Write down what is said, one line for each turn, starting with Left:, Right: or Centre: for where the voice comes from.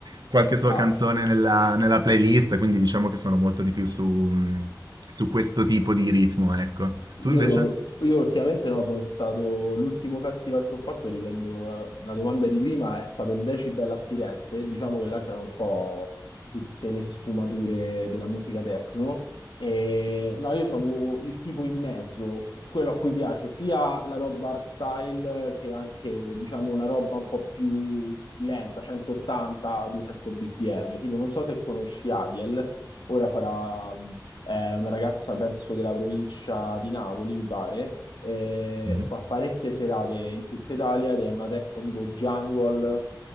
Right: qualche sua
Left: Ah,
Right: canzone nella, nella playlist, quindi diciamo che sono molto di più su, su questo tipo di ritmo, ecco. Tu
Left: Io,
Right: invece?
Left: io ultimamente no, sono stato, l'ultimo festival che ho fatto, riprendo eh, la domanda di prima, è stato il Decibel a Firenze, e diciamo che là c'erano un po' tutte le sfumature della musica techno, no? e no, io sono il tipo in mezzo, quello a cui piace sia la roba art style che anche, diciamo, una roba un po' più lenta, 180-200 bpm, tipo non so se conosci Aviel, ora farà mm, è una ragazza, penso, della provincia di Napoli, mi pare, e
Right: Mm,
Left: fa parecchie serate in tutta Italia ed è una techno tipo jungle,